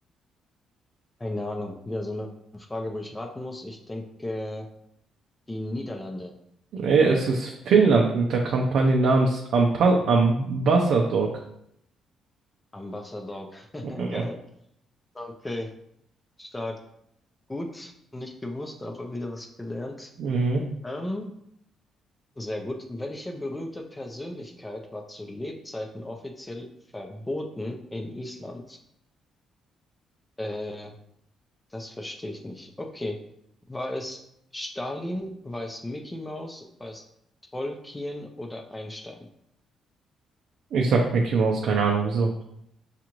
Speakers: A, on the left; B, on the right.
A: keine Ahnung, wieder so eine Frage, wo ich raten muss. Ich denke. Die Niederlande.
B: Nee, es ist Finnland mit der Kampagne namens Ampa Ambassador.
A: Ambassador. <laughs>
B: <laughs>
A: Geil. Okay, stark. Gut, nicht gewusst, aber wieder was gelernt.
B: Mhm.
A: Ähm, sehr gut. Welche berühmte Persönlichkeit war zu Lebzeiten offiziell verboten in Island? Äh, das verstehe ich nicht. Okay. War es Stalin, war es Mickey Mouse, war es Tolkien oder Einstein?
B: Ich sag Mickey Mouse, keine Ahnung wieso.